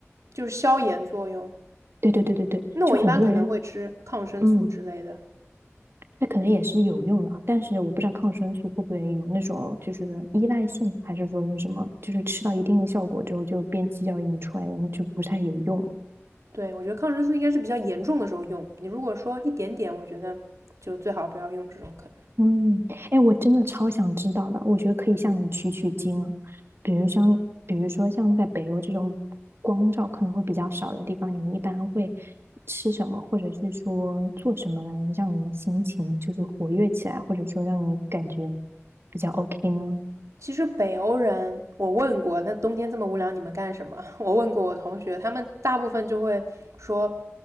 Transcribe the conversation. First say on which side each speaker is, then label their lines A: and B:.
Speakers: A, on the right; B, on the right.
A: 就是消炎作用。
B: 对对对对对，
A: 那我一般可能会吃抗生素之类的。
B: 就很多人，嗯，那可能也是有用的，但是我不知道抗生素会不会有那种就是依赖性，还是说是什么，就是吃到一定的效果之后就变鸡叫引出来，就不太有用了。
A: 对，我觉得抗生素应该是比较严重的时候用。你如果说一点点，我觉得就最好不要用这种可能。
B: 嗯，哎，我真的超想知道的，我觉得可以向你取取经啊。比如像，比如说像在北欧这种光照可能会比较少的地方，你们一般会吃什么，或者是说做什么来让你的心情就是活跃起来，或者说让你感觉比较 OK 呢？
A: 其实北欧人，我问过，那冬天这么无聊，你们干什么？<laughs> 我问过我同学，他们大部分就会说，